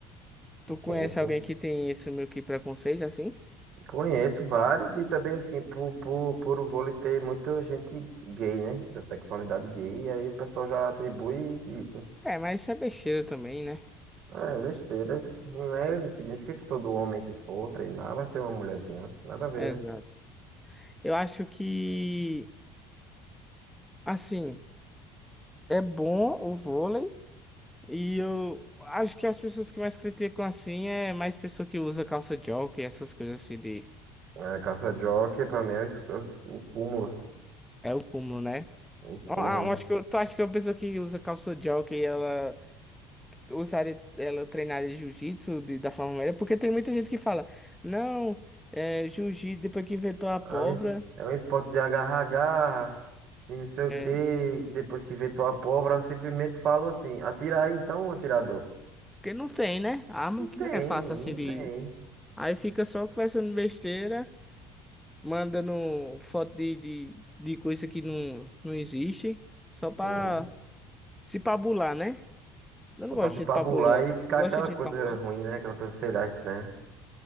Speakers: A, in the centre; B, on the right.
A: Tu
B: Sim,
A: conhece
B: sim.
A: alguém que tem esse meio que preconceito assim?
B: Conheço vários e também assim, por, por, por o vôlei ter muita gente gay, né? Da sexualidade gay, e aí o pessoal já atribui isso.
A: É, mas isso é besteira também, né?
B: Ah, É besteira, não é? Não significa que todo homem que for treinar vai ser uma mulherzinha. Nada a ver,
A: Exato.
B: né?
A: Eu acho que, assim, é bom o vôlei e eu acho que as pessoas que mais criticam assim é mais pessoa que usa calça jockey, essas coisas assim de...
B: É, caça-jockey pra mim é, o, es- é o es- o cúmulo.
A: É o cúmulo, né?
B: O
A: Eu
B: cúmulo.
A: acho que eu, tu acha que uma pessoa que usa calça jockey, ela usaria ela treinaria jiu-jitsu de- da forma melhor, porque tem muita gente que fala, não, é, jiu-jitsu, depois que inventou
B: É
A: a pólvora,
B: um, es- é um esporte de agarra-agarra e não sei o
A: é,
B: quê, que depois que vê tua pólvora, eu simplesmente falo assim, atira aí então, atirador.
A: porque não tem, né? Arma
B: Não tem,
A: que não é fácil
B: não
A: assim de.
B: tem.
A: Aí fica só conversando besteira, mandando foto de, de, de coisa que não, não existe, só
B: Sim.
A: pra se pabular, né? Eu
B: Só
A: não
B: pra
A: gosto
B: se
A: de
B: pabular
A: gente pabulosa.
B: e ficar
A: Tu gosta
B: aquela
A: de
B: coisa
A: gente pabulosa?
B: ruim, né? Aquela coisa, sei lá, estranha.